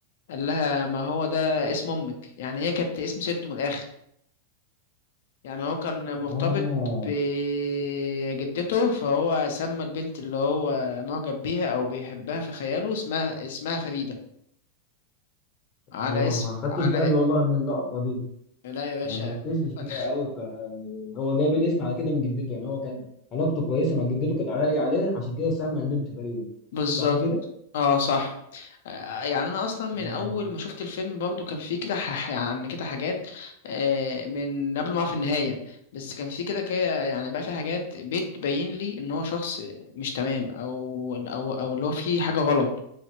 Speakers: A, on the left; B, on the left.
A: قال لها ما هو ده اسم أمك يعني هي كانت اسم ست من الآخر يعني هو كان
B: اه
A: مرتبط بجدته فهو سمى البنت اللي هو معجب بيها او بيحبها في خياله اسمها اسمها فريدة على
B: اه
A: اسم
B: ما خدتش
A: على
B: بالي والله من اللقطه دي
A: لا يا باشا
B: يعني ما ركزتش
A: <laughs>
B: فيها قوي ف يعني هو جايب الاسم على كده من جدته يعني هو كان علاقته كويسه مع جدته كانت غاليه عليه عشان كده سمى البنت فريده
A: بالظبط
B: صح كده؟
A: اه صح آه، يعني انا اصلا من
B: مم.
A: اول ما شفت الفيلم برضو كان فيه كده ح- يعني كده حاجات آه، من قبل ما اعرف النهايه بس كان فيه كده كده يعني بقى في حاجات بتبين لي ان هو شخص مش تمام او او او اللي هو فيه حاجه غلط